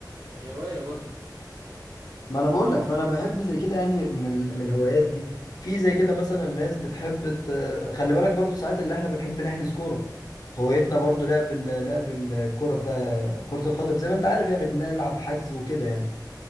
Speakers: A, on the right; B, on the left.
A: آه، هواية برضو
B: ما انا بقول لك فانا بحب زي كده يعني من, ال- من الهوايات دي في زي كده مثلا ناس بتحب ت... خلي بالك برضو ساعات اللي احنا بنحب نحجز كورة هوايتنا برضو لعب ال... لعب الكورة بتاع كرة القدم زي ما انت عارف يعني بنلعب حجز وكده يعني